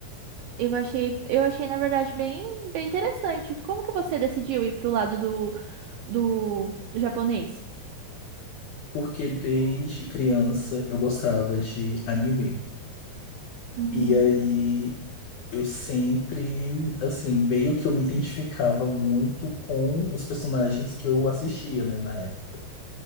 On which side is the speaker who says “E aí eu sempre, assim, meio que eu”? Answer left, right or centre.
Left